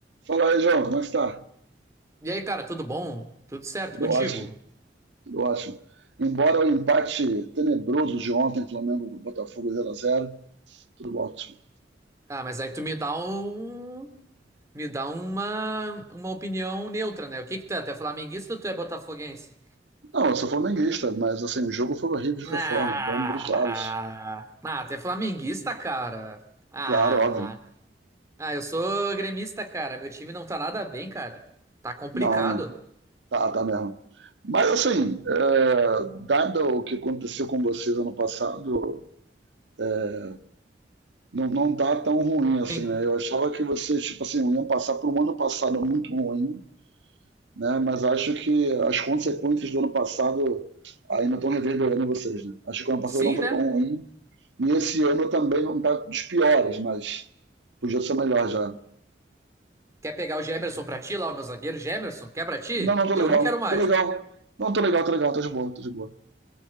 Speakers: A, on the right; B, on the right.
A: Fala aí, João, como é que está?
B: E aí, cara, tudo bom? Tudo certo
A: Tudo
B: contigo?
A: ótimo, tudo ótimo. Embora o empate tenebroso de ontem, Flamengo Botafogo zero a zero, tudo ótimo.
B: Ah, mas aí tu me dá um, me dá uma, uma opinião neutra, né? O que que tu é? Tu é flamenguista ou tu é botafoguense?
A: Não, eu sou flamenguista, mas assim, o jogo foi horrível de qualquer
B: Ah,
A: forma, para ambos os lados.
B: ah, tu é flamenguista, cara. Ah,
A: Claro, óbvio.
B: ah, eu sou gremista, cara. Meu time não tá nada bem, cara. Tá complicado.
A: Não, né? Tá, tá mesmo. Mas assim, é, dado o que aconteceu com vocês ano passado, é, não, não tá tão ruim assim,
B: Sim,
A: né? Eu achava que vocês, tipo assim, iam passar por um ano passado muito ruim né? Mas acho que as consequências do ano passado ainda estão reverberando em vocês, né? Acho que o ano passado
B: sim,
A: não foi
B: né?
A: tão ruim e esse ano também não está dos piores, mas podia ser melhor já.
B: Quer pegar o Gemerson pra ti lá, o meu zagueiro Gemerson? Quer pra ti?
A: Não, não tô legal,
B: Eu não quero mais.
A: tô legal, não tô legal, tô legal, tá de boa, tá de boa,